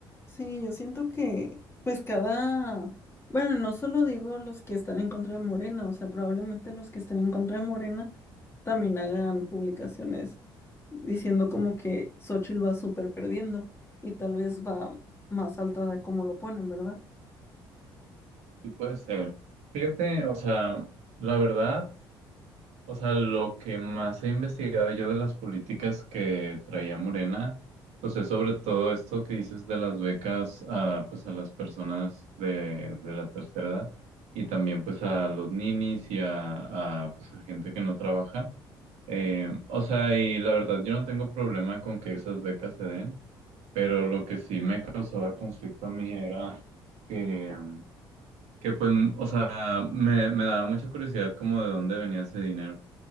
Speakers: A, on the left; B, on the right.
A: Sí, yo siento que pues cada, bueno, no solo digo los que están en contra de Morena, o sea, probablemente los que estén en contra de Morena también hagan publicaciones diciendo como que Xochitl va súper perdiendo y tal vez va más alta de como lo ponen, ¿verdad?
B: Sí puede ser. Fíjate, o sea, la verdad. O sea, lo que más he investigado yo de las políticas que traía Morena, pues es sobre todo esto que dices de las becas a, pues a las personas de, de la tercera edad y también pues a los ninis y a, a, pues a gente que no trabaja. Eh, o sea, y la verdad yo no tengo problema con que esas becas se den, pero lo que sí me causaba conflicto a mí era que, que pues, o sea, me, me daba mucha curiosidad como de dónde venía ese dinero.